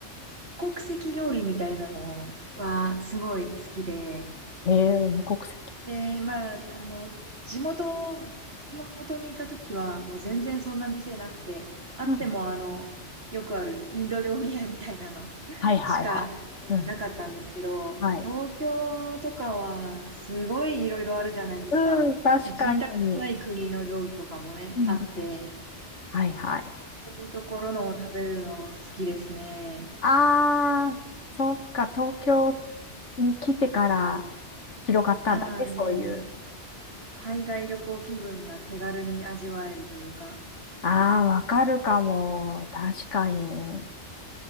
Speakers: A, on the right; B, on the left.
A: 国籍料理みたいなのはすごい好きで、
B: えー、無国籍。
A: で、まあ、あの、地元、熊本にいた時はもう全然そんな店なくて、あってもあの、
B: うん。
A: よくあるインド料理屋みたいなの
B: はいはいはい。
A: しかうんなかったんですけど、
B: うん。はい。
A: 東京とかはすごいいろいろあるじゃないですか。
B: うん、確かに。
A: もう聞いたことない国の料理とかもね、
B: うん。
A: あって、
B: はいはい。
A: こういうところのを食べるの好きですね。
B: あー、そっか、東京に来てから広がったんだね、
A: はい、
B: そういう。
A: もう。海外旅行気分が手軽に味わえるというか。
B: あー、わかるかも。確かに。